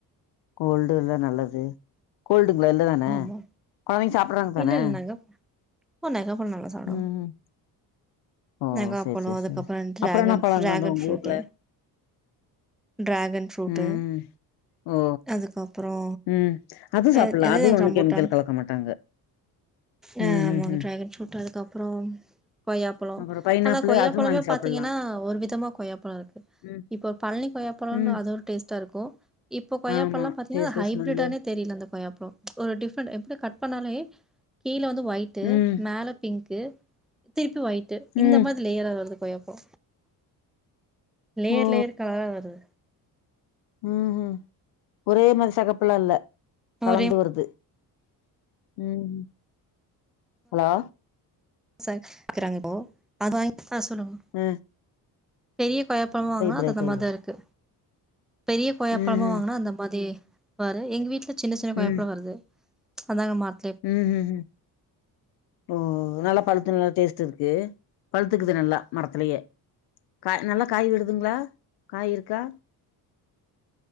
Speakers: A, on the left; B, in the centre.
A: கோல்டு இல்ல நல்லது கோல்டுங்களா இல்ல தானே
B: ஆமா
A: கொழந்தைங்க சாப்பிடறாங்க தானே
B: இல்ல இல்ல நெகா ஓ நெகாப்பழோ நல்லா சாப்டுவாங்
A: ம் ஓ
B: நெகாப்பழோ
A: சேரி சேரி
B: அதுக்கப்புற
A: சேரி
B: டிராகன்
A: அப்புறோ என்ன பழங்க
B: டிராகன்
A: அந்த உங்க
B: ஃப்ரூட்டு்
A: ஊர்ல
B: டிராகன் ஃப்ரூட்டு்
A: ம் ஓ
B: அதுக்கப்புறோ
A: ம் அது சாப்பிடல
B: எ எது
A: அதுவு ஒண்ணு
B: ரம்புட்டான்
A: கெமிக்கல் கலக்க மாட்டாங்க
B: ஆ
A: ம்
B: ஆமாங்க
A: ம் ம்
B: ட்ராகன் ஃப்ரூட் அதுக்கப்புறோம் கொய்யாப்பழோ
A: அப்புறோ பைனாப்பிள்
B: ஆனா கொய்யாப்பழமே
A: அதுவு வாங்கி சாப்புட்லா
B: பாத்தீங்கன்னா ஒரு விதமா கொய்யாப்பழோ இருக்கு
A: ம்
B: இப்ப பழனி கொய்யாப்பழனு
A: ம்
B: அது டேஸ்ட்டா இருக்கு இப்போ கொய்யாப்பழல்லா
A: ஆமா
B: பாத்தீங்கன்னா
A: டேஸ்ட்டு
B: அது ஹைப்ரிட்டானே
A: ஸ்மெல்லு
B: தெரியில அந்த கொய்யாப்பழோ ஒரு டி்ஃப்ரென்ட் எப்டி கட் பண்ணாலே கீழே வந்து ஒயிட் டு
A: ம்
B: மேல பிங்க்கு திருப்பி ஒய்ட்டு் இந்த
A: ம்
B: மாரி லேயரா வருது கொய்யாப்பழோ லேயர்
A: ஓ
B: லேயர் கலரா வருது
A: ம்ஹூம் ஒரே மாரி செகப்புல்லா இல்ல கலந்து
B: ஒரே
A: வருது ம் ம் ஹலோ
B: ச க்கிறாங்க இப்போ அது வாங்கி ஆ சொல்லுங்க
A: அ
B: பெரிய கொய்யாப்பழமா வாங்குனா
A: பிரேக்
B: அது அந்த
A: ஆயி
B: மாரிதா இருக்கு பெரிய கொய்யாப்பழமா
A: ம் ம்
B: வாங்கினா அந்த மாத் மாதி பாரு எங்க வீட்டுல சின்ன சின்ன கொய்யாப்பழோ
A: ம்
B: வருது அதாங்க மரத்
A: ம் ஹூம் ம் ஓ நல்லா பழுத்து நல்லா டேஸ்ட் இருக்கு பழுத்துக்குது நல்லா மரத்துலயே கா நல்லா காய் விடுதுங்களா காய் இருக்கா